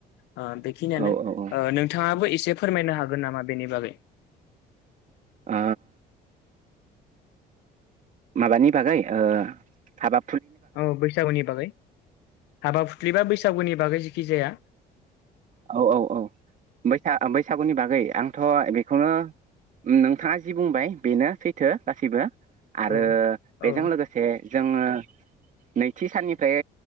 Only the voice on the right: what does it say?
औ औ ओ
आ माबानि बागै ओ हाबा
औ औ औ बैसा बैसागुनि बागै आंथ बेखौनो नोंथाङा जि बुंबाय बेनो सैथो गासैबो। आरो
बेजों
लोगोसे जोंङो नैथि साननिफ्राय